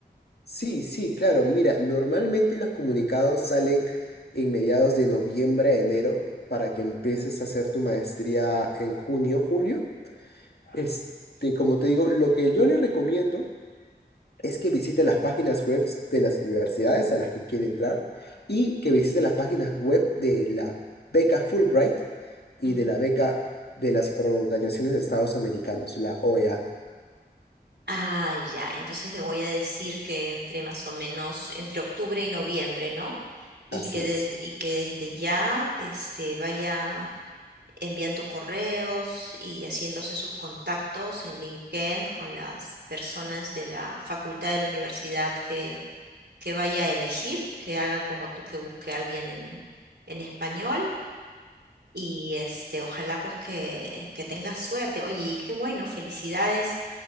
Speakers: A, on the left; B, on the right.
A: Sí, sí, claro. Mira, normalmente los comunicados salen en mediados de noviembre a enero para que empieces a hacer tu maestría en junio, julio. Este, como te digo, lo que yo le recomiendo es que visite las páginas web de las universidades a las que quiere entrar y que visite las páginas web de la beca Fulbright y
B: Ujú.
A: de la beca de las organizaciones de Estados Americanos, la OEA.
B: Ah, ya, entonces le voy a decir que entre más o menos entre octubre y noviembre, ¿no? Y
A: Así
B: que desde,
A: es.
B: y que desde ya este, vaya enviando correos y haciéndose sus contactos en LinkedIn con las personas de la facultad de la universidad que, que vaya a elegir, que haga como tú que busque a alguien en, en español. Y este, ojalá pues que, que tengas suerte. Oye, y qué bueno, felicidades